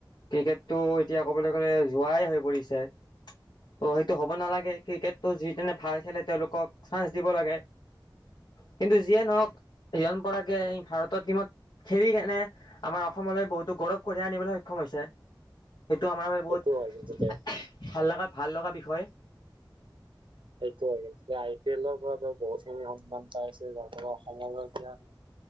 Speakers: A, on the left; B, on the right.
A: ক্ৰিকেটটো এতিয়া ক'বলৈ গলে জুৱাই হৈ পৰিছে। ত-' সেইটো হ'ব নালাগে ক্ৰিকেটটো যিজনে ভাল খেলে তেওঁলোকক চানস দিব লাগে। কিন্তু যিয়ে নহওক- ৰিয়ান পৰাৰ ভাৰত ত- টীমত- খেেলি কেনে আমাৰ- অসমলৈ বহুতো গৌৰৱ কঢ়িয়াই আনিবলৈ সক্ষম হৈছে। সেইটো আমাৰ বাবে
B: সেইটো
A: বহুত
B: হয় কিন্তু তে
A: ভাল লগা- ভাল লগা বিষয়।
B: সেইটোৱে কিন্তু আই পি এলৰ পৰাতো বহুতখিনি সন্মান পাইছে। যাৰ অসমৰ এতিয়া